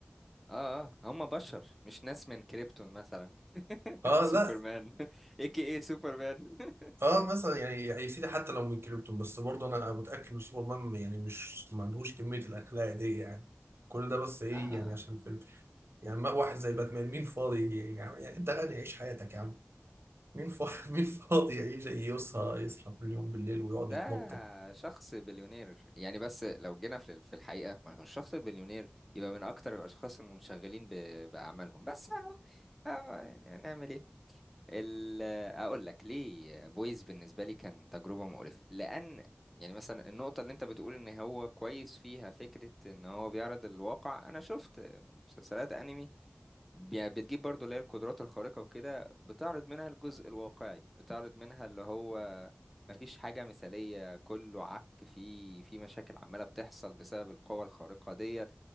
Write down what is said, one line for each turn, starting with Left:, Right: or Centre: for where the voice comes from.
Centre: اه اه هم بشر مش ناس من كريبتون مثلا <laughs>
Right: اه
Centre: سوبرمان
Right: لا
Centre: <laughs> اي كي اي سوبرمان <laughs>
Right: اه مثلا يعني يعني يا سيدي حتى لو من كريبتون بس برضه انا متاكد ان سوبرمان يعني مش ما عندهوش كميه الاخلاق دي يعني كل ده بس ايه
Centre: اه
Right: يعني عشان فيلم يعني ما- واحد زي باتمان مين فاضي يجي يعني, يعني انت غني عيش حياتك يا عم مين فاضي <laughs> مين فاضي يعيش يصحى يصحى كل يوم بالليل ويقعد
Centre: ده
Right: يتنطط
Centre: شخص بليونير يعني بس لو جينا في في الحقيقة ما هو الشخص البليونير يبقى من أكتر الأشخاص المنشغلين ب- بأعمالهم بس أهو أهو يعني نعمل إيه ال- أقول لك ليه بويز بالنسبة لي كان تجربة مقرفة لأن يعني مثلا النقطة اللي أنت بتقول إن هو كويس فيها فكرة إن هو بيعرض الواقع أنا شفت مسلسلات أنمي يعني بتجيب برضو اللي هي القدرات الخارقة وكده بتعرض منها الجزء الواقعي بتعرض منها اللي هو مفيش حاجة مثالية كله عك في في مشاكل عمالة بتحصل بسبب القوة الخارقة ديت